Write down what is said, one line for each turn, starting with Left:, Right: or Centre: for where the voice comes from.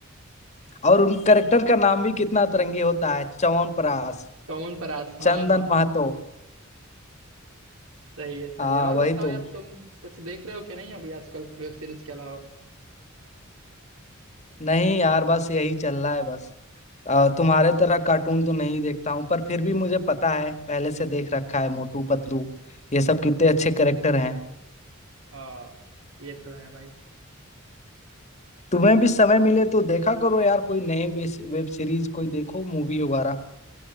Left: और उन करेक्टर का नाम भी कितना अतरंगी होता है च्यवनप्राश
Right: चौवन परास हाँ
Left: चंदन
Right: हाँ
Left: महतो
Right: सही है सही
Left: हाँ
Right: है और
Left: वही
Right: बताओ
Left: तो
Right: यार तुम कुछ देख रहे हो कि नहीं अभी आजकल वेब सीरीज के अलावा
Left: नहीं यार बस यही चल रहा है बस अ, तुम्हारे तरह कार्टून तो नहीं देखता हूँ पर फिर भी मुझे पता है पहले से देख रखा है मोटू पतलू ये सब कितने अच्छे करेक्टर हैं
Right: हाँ ये तो है भाई
Left: तुम्हें भी समय मिले तो देखा करो यार कोई नए वे- वेब सीरीज कोई देखो मूवी वगैरह